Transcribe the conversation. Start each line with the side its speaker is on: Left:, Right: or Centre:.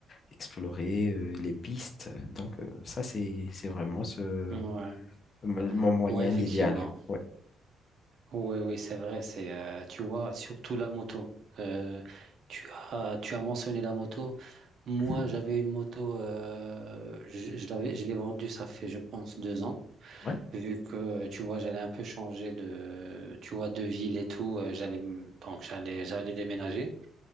Left: explorer euh, les pistes. Donc, euh, ça, c'est, c'est vraiment ce,
Right: ouais,
Left: mon mon moyen
Right: ouais, effectivement.
Left: idéal. Ouais.
Right: Oui, oui, c'est vrai. C'est, euh, tu vois, surtout la moto. Euh, tu as, tu as mentionné la moto. Moi,
Left: Mhm.
Right: j'avais une moto. euh, je, je l'avais, je l'ai vendue. Ça fait, je pense, deux ans.
Left: Ouais.
Right: Vu que, tu vois, j'allais un peu changer de, tu vois, de ville et tout, euh, j'allais, m- donc j'allais, j'allais déménager.